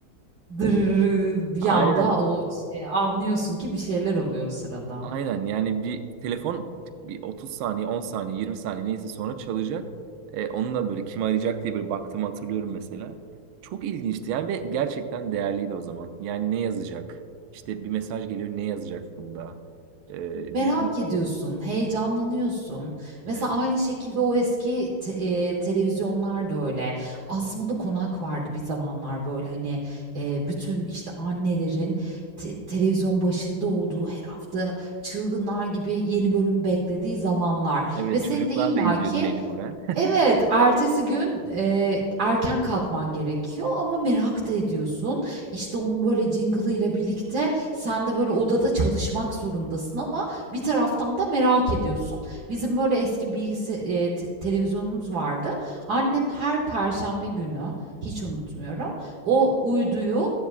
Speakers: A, on the right; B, on the right.
A: Dırırı bir
B: <laughs> Aynen.
A: anda o şey anlıyorsun ki bir şeyler oluyor o sırada.
B: Aynen yani bir telefon bir 30 saniye 10 saniye 20 saniye neyse sonra çalacak. E, onunla böyle kim arayacak diye bir baktığımı hatırlıyorum mesela. Çok ilginçti yani ve gerçekten değerliydi o zaman. Yani ne yazacak? İşte bir mesaj geliyor ne yazacak bunda? E,
A: Merak
B: bir
A: ediyorsun, heyecanlanıyorsun.
B: Evet,
A: Mesela aynı şekilde o eski te eee, televizyonlar da öyle. Asmalı Konak vardı bir zamanlar böyle hani, eee, bütün, işte, annelerin te televizyon başında olduğu, her hafta çılgınlar gibi yeni bölüm beklediği zamanlar
B: Evet,
A: ve senin
B: çocuklar
A: de illaki
B: da izliyordu mecburen. <laughs>
A: Evet, ertesi gün, eee, erken kalkman gerekiyor ama merak da ediyorsun. İşte, onun böyle jingle'ıyla birlikte sen de böyle odada çalışmak zorundasın ama bir taraftan da merak ediyorsun. Bizim böyle eski bilgisi eee, te televizyonumuz vardı. Annem her perşembe günü, hiç unutmuyorum, o uyduyu